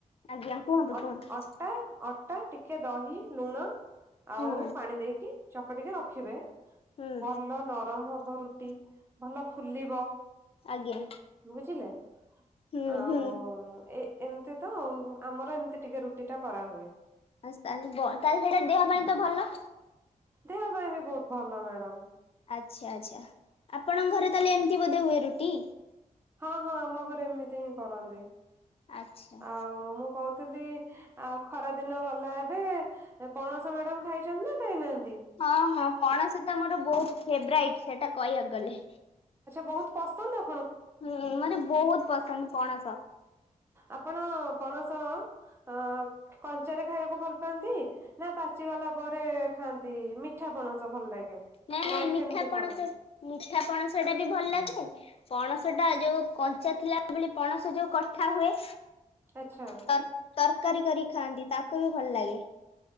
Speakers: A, on the left; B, on the right.
A: ଆଜ୍ଞା କୁହନ୍ତୁ
B: ଅ
A: କୁହନ୍ତୁ।
B: ଅଟା ଅଟା ଟିକେ ଦହି ଲୁଣ ଆଉ
A: ହୁଁ
B: ପାଣି ଦେଇକି ଚକଟିକି ରଖିବେ
A: ହୁଁ।
B: ଭଲ ନରମ ହବ ରୁ ଟି ଭଲ ଫୁଲିବ।
A: ଆଜ୍ଞା
B: ବୁଝିଲେ
A: ହୁଁ
B: ଆଉ
A: ହୁଁ
B: ଏ ଏମତି ତ ଆମର ଏମତି ଟିକେ ରୁଟି ଟା କରା ହୁଏ।
A: ଆ ତାହଲେ ତାହଲେ ସେଇଟା ଦେହ ପାଇଁ ତ ଭଲ?
B: ଦେହ ପାଇଁ ବି ବହୁତ ଭଲ ମ୍ୟାଡ଼ାମ।
A: ଆଚ୍ଛା ଆଚ୍ଛା। ଆପଣଙ୍କ ଘରେ ତାହେଲେ ଏମିତି ବୋଧ ହୁଏ ରୁ ଟି।
B: ହଁ ହଁ ଆମ ଘରେ ଏମିତି ହିଁ କରନ୍ତି।
A: ଆଚ୍ଛା।
B: ଆଉ ମୁଁ କହୁଥିଲି ଆ ଖରା ଦିନ ଗଲା ଏବେ ପଣସ ମ୍ୟାଡାମ ଖାଇଛନ୍ତି ନା ଖାଇନାହା
A: ହଁ ହଁ ପଣସ ତ ମୋର ବହୁତ ଫେବରାଇଟ ସେଟା କହିବାକୁ ଗଲେ
B: ବହୁତ ପସନ୍ଦ ଆ
A: ହୁଁ ମତେ ବହୁତ୍ ପସନ୍ଦ ପଣସ।
B: ଆପଣ ପଣସ ଅ କଞ୍ଚାରେ ଖାଇବାକୁ ଭଲ ପାଆନ୍ତି ନା ପାଚିଗଲା ପରେ ଖାଆନ୍ତି ମିଠା ପଣସ ଭଲ ଲାଗେ?
A: ନାଇଁ ନାଇଁ
B: ନା
A: ମିଠା
B: କେମିତି
A: ପଣସ
B: କଣ
A: ମିଠା ପଣସ ସେଟା ବି ଭଲ ଲାଗେ ପଣସ ଟା ଯୋଉ କଞ୍ଚା ଥିଲା ବୋଲି ପଣସ ଯୋଉ କଠା ହୁଏ।
B: ଆଚ୍ଛା।
A: ତର ତରକାରୀ କରି ଖାଆନ୍ତି ତାକୁ ବି ଭଲ ଲାଗେ।